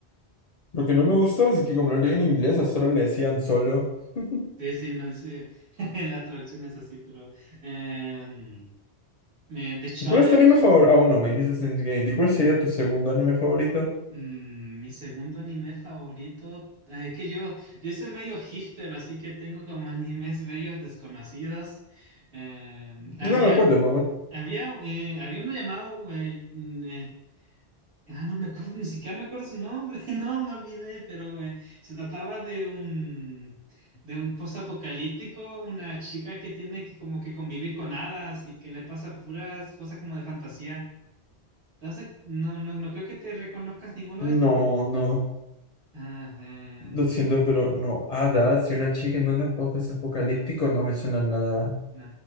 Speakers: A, on the left; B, on the right.
A: Lo que no me gustó es que como lo leí en inglés, a solo le decían solo. <laughs>
B: sí, sí, no dice <laughs> las traducciones así, pero eh, me- de Shonen,
A: ¿Cuál es tu anime favorito? Ah, bueno, me dijiste Steins Gate. ¿Y cuál sería tu segundo anime favorito?
B: mm, mi segundo anime favorito, ah, es que yo, yo soy medio hipster, así que tengo como animes bellos desconocidos. Eh, había
A: No, cuéntame.
B: Había, eh, había uno llamado, güey, mm, eh, ah, no me acuerdo, ni siquiera me acuerdo su nombre, <laughs> no me olvidé, pero eh, se trataba de un, de un postapocalíptico, una chica que tiene que como que convivir con hadas y que le pasan puras cosas como de fantasía. Entonces, no, no, no creo que te reconozcas ninguno de estos,
A: No,
B: ¿no?
A: no.
B: Ah, em,
A: Lo siento, pero no, hadas y una chica en un podcast apocalíptico no me suena nada.
B: no,